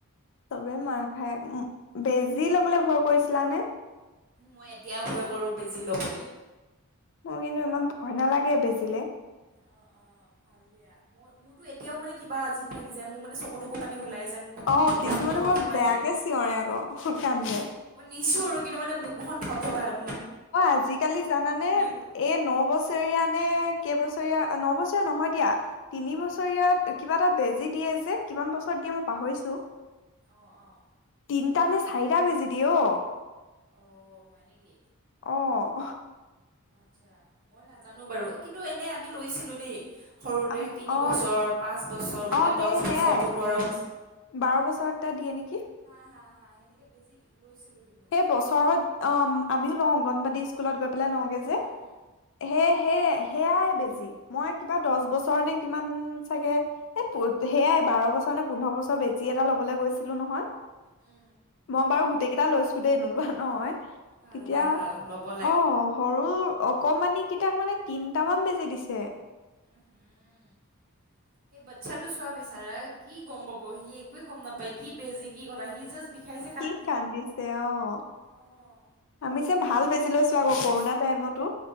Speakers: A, on the left; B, on the right.
A: চবে মাৰ খাই, বেজি ল'বলৈ ভয় কৰিছিলানে?
B: মই এতিয়াওঁ ভয় কৰোঁ বেজী ল'বলৈ।
A: মোৰ কিন্তু ইমান ভয় নালাগে বেজীলে
B: অ' অ' ভাল দিয়া, মই মোৰতো এতিয়াও মানে কিবা জীপ লাগি যায়, মোৰ মানে চকু তকু পানী ওলাই যায়,
A: অ
B: মোৰ বুকুটো
A: কিছুমানে
B: ধপধপাই
A: বৰ বেয়াকে
B: থাকে,
A: চিঞৰে আকৌ কান্দে
B: অ' দিছো আৰু কিন্তু মানে বুকুখন ধপধপালে
A: অ' আজিকালি জানানে
B: কৈ পিনে
A: এই ন বছৰীয়া নে কেইবছৰ ৰিয়া, ন বছৰ নহয় দিয়া, তিনি বছৰ কিবা এটা বেজি দিয়ে যে, কিমান বছৰ দিয়ে মই পাঁহৰিছো।
B: অঁ অঁ
A: তিনিটা নে চাৰিটা বেজি দিয়ে অ'।
B: অ' হয় নেকি?
A: অ'
B: আচ্ছা, মই নাজানো বাৰু, কিন্তু এনে আমি লৈছিলো দেই। সৰুতে
A: আম
B: তিনি
A: অ
B: বছৰ পাঁচ বছৰ বোলে
A: অ সেই
B: দহ বছৰ
A: সেয়াই
B: পোন্ধৰ বছৰ
A: বাৰ বছৰত এটা দিয়ে নেকি?
B: হা হা হা সেনেকে বেজি দি লৈছিলোঁ কিন্তু
A: সেই
B: মোকো
A: বছৰত আমিওঁ লওঁ, অংগনবাদী স্কুলত গৈ পেলাই লওঁগে যে।
B: উম উম
A: সে সেয় সেয়াই বেজি। মই কিবা দহ বছৰ নে কিমান চাগে এ সেয়াই বাৰ বছৰ নে পোন্ধৰ বছৰ বেজি এটা ল'বলৈ গৈছিলো নহয়
B: উম
A: মই বাৰু গোটেই কেইটা লৈছো। দেই নোলোৱা নহয,
B: ভাল
A: তেতিয়া
B: ভাল ভাল ল'ব লাগে
A: অ' সৰু অকমানি কিটা মানে তিনটা মান বেজি দিছে।
B: উম হম সেই বাচ্ছাটো চোৱা বিচাৰা, কি গ'ম পাব সি একোৱে গ'ম নাপায় কি বেজি কি কথা সি জাষ্ট বিষাইছে
A: কি কান্দিছে অ'
B: অঁ
A: আমি যে ভাল বেজি <unintelligible> ছো আকৌ কৰোণা টাইমতো।